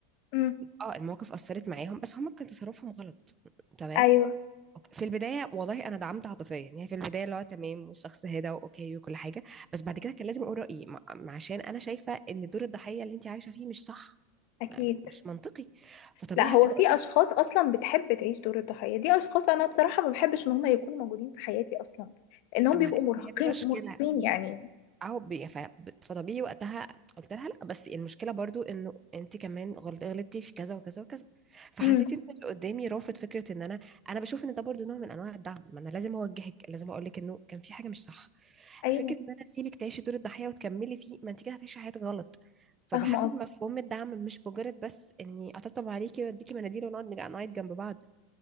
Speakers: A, on the left; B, on the right.
A: امم
B: اه المواقف اثرت معاهم بس هم كان تصرفهم غلط تمام
A: ايوه
B: أوكي. في البدايه والله انا دعمت عاطفيا يعني في البدايه اللي هو تمام والشخص هدى واوكي وكل حاجه بس بعد كده كان لازم اقول رايي مع- عشان انا شايفه ان دور الضحيه اللي انت عايشه فيه مش صح
A: اكيد
B: ما- مش منطقي فطبيعي
A: لا هو
B: هبتدي
A: في
B: اقول لك
A: اشخاص اصلا بتحب تعيش دور الضحيه دي اشخاص انا بصراحه ما بحبش ان هم يكونوا موجودين في حياتي اصلا لانهم
B: ما
A: بيبقوا
B: ما
A: مرهقين
B: هي دي مشكله
A: مرهقين يعني
B: اهو بي- ف- فطبيعي وقتها قلت لها لا بس المشكله برضو انه انت كمان غلط- غلطتي في كذا وكذا وكذا فحسيت
A: امم
B: ان اللي قدامي رافض فكره ان انا انا بشوف ان ده برضو نوع من انواع الدعم ما انا لازم اوجهك لازم اقول لك انه كان في حاجه مش صح
A: ايوه
B: فكره ان انا اسيبك تعيشي دور الضحيه وتكملي فيه ما انت كده هتعيشي حياتك غلط فبحس
A: فاهمه
B: ان مفهوم الدعم مش مجرد بس اني اطبطب عليكي واديكي مناديل ونقعد نج- نعيط جنب بعض